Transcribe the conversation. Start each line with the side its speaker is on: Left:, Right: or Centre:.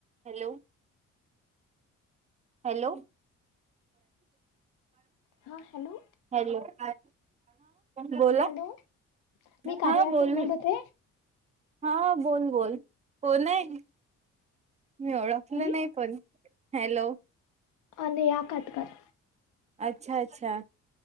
Right: Hello. Hello.
Left: हां hello.
Right: Hello हा.. बोला
Left: हॅलो मी कार्या
Right: हा
Left: ॲपवरून
Right: बोलू.
Left: बोलत आहे
Right: हां.. बोल बोल कोण नये. मी ओळखलं
Left: मी
Right: नाही, पण हॅलो.
Left: आनिया कट कर.
Right: अच्छा अच्छा,